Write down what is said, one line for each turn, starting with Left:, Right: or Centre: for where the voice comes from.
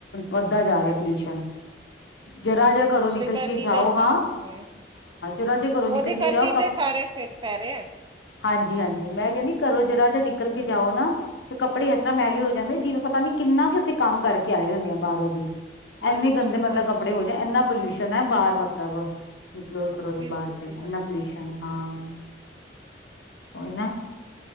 Left: ਵੱਧਦਾ ਜਾ ਰਿਹਾ ਪੋਲਿਊਸ਼ਨ ਜਰਾ ਜਿਹਾ ਘਰੋਂ
Right: ਉਹਦੇ
Left: ਨਿਕਲ
Right: ਕਰਕੇ
Left: ਕੇ ਜਾਓ
Right: ਹੀ ਤਾਂ ਇਹ ਸਾਰਾ
Left: ਹਾਂ-ਹਾਂ
Right: ਫਿਟ ਹੋਇਆ।
Left: ਜ ਜੇ ਘਰੋਂ
Right: ਉਹਦੇ
Left: ਨਿਕਲ
Right: ਕਰਕੇ
Left: ਕੇ ਜਾਓ
Right: ਹੀ
Left: ਕ
Right: ਤਾਂ ਇਹ ਸਾਰੇ ਫਿਰ ਪੈ ਰਹੇ ਆ
Left: ਹਾਂਜੀ-ਹਾਂਜੀ ਮੈਂ ਕਹਿੰਦੀ ਘਰੋਂ ਜਿਹਰਾ ਰਾ ਜਹਾ ਨਿਕਲ
Right: ਹੂੰ।
Left: ਕੇ ਜਾਓ ਨਾ ਤੇ ਕੱਪੜੇ ਇਸ ਤਰ੍ਹਾਂ ਮਹਿਲੇ ਹੋ
Right: ਹਾਂਜੀ,
Left: ਜਾਂਦੇ ਜਿਵੇਂ ਪਤਾ ਨੀ ਕਿੰਨਾ ਅਸੀਂ ਕੰਮ ਕਰਕੇ ਆਏ ਹੁੰਦੇ ਹਾਂ ਬਾਹਰੋਂ
Right: ਹਾਂਜੀ,
Left: ਇੰਨੇ ਗੰਦੇ ਮਤਲਬ
Right: ਹਾਂਜੀ
Left: ਕੱਪੜੇ ਹੋ ਜਾ ਇੰਨਾ ਪੋਲਿਊਸ਼ਨ ਨਾ ਬਾਹਰ ਮਤਲਬ-ਮਤਲਬ! ਏ ਥੋਦੀ
Right: ਬਿਲਕੁਲ
Left: ਬਾਹਰ ਤੇ ਇਨਾ
Right: ਜੀ ਹਾਂਜੀ।
Left: ਪੋਲਿਊਸ਼ਨ ਏ, ਹਾਂ। ਔ ਈ ਨਾ,